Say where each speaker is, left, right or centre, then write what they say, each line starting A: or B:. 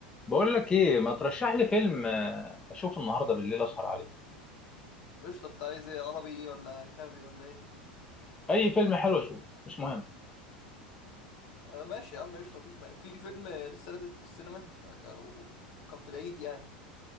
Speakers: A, on the left; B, on the left.
A: بقول لك ايه ما ترشح لي فيلم آه، اشوفه النهارده بالليل اسهر عليه
B: قشطة انت عايز ايه عربي ولا اجنبي ولا ايه
A: اي فيلم حلو اشوفه مش مهم
B: آه ماشي يا عم قشطة مفيش م... في فيلم لسه نازل في السينما آه، ك- كان في العيد يعني